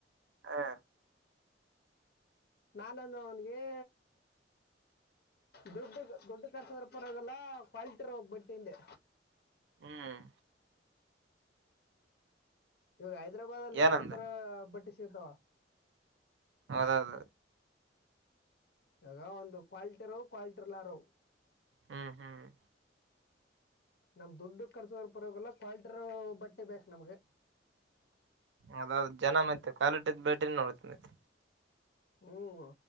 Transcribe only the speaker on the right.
ಹಾ.
ಹ್ಮ್.
ಏನಂದ
ಹೌದೌದುದು.
ಹ್ಮ್ ಹ್ಮ್
ಅದ ಜನ ಮತ್ತೆ ಕಾಲಿಟ್ದ್ ಬೇಟ್ರ ನೋಡತ ಮತ್ತ.